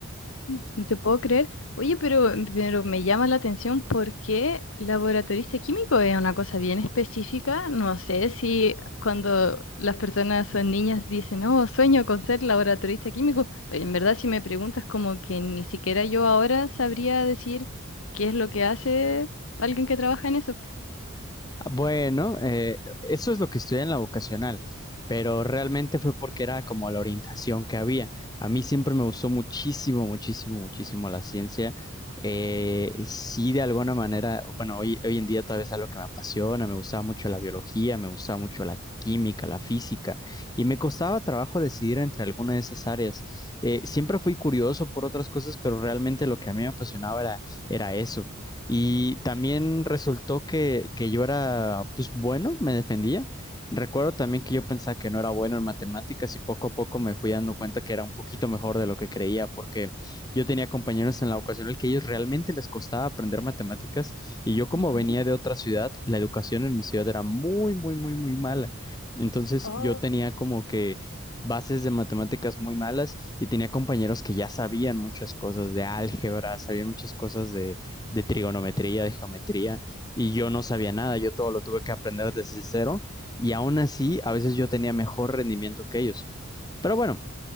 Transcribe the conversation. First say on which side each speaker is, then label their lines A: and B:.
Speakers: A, on the left; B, on the left.
A: No te puedo creer. Oye, pero, pero me llama la atención porque laboratorista químico es una cosa bien específica. No sé si cuando las personas son niñas dicen, no, sueño con ser laboratorista químico, pero en verdad si me preguntas como que ni siquiera yo ahora sabría decir qué es lo que hace alguien que trabaja en eso.
B: Bueno, eh, eso es lo que estudié en la vocacional, pero realmente fue porque era como la orientación que había. A mí siempre me gustó muchísimo, muchísimo, muchísimo la ciencia. Eh, sí, de alguna manera, bueno, hoy, hoy en día todavía es algo que me apasiona, me gustaba mucho la biología, me gustaba mucho la química, la física, y me costaba trabajo decidir entre alguna de esas áreas. Eh, siempre fui curioso por otras cosas, pero realmente lo que a mí me apasionaba era, era eso. Y también resultó que, que yo era, pues bueno, me defendía. Recuerdo también que yo pensaba que no era bueno en matemáticas y poco a poco me fui dando cuenta que era un poquito mejor de lo que creía, porque yo tenía compañeros en la ocasión el que ellos realmente les costaba aprender matemáticas y yo como
A: Ujú.
B: venía de otra ciudad, la educación en mi ciudad era muy, muy, muy, muy mala. Entonces
A: Oh,
B: yo tenía como que bases de matemáticas muy malas y tenía compañeros que ya sabían muchas cosas de álgebra, sabían muchas cosas de de trigonometría, de geometría, y yo no sabía nada, yo todo lo tuve que aprender desde cero, y aún así a veces yo tenía mejor rendimiento que ellos. Pero bueno,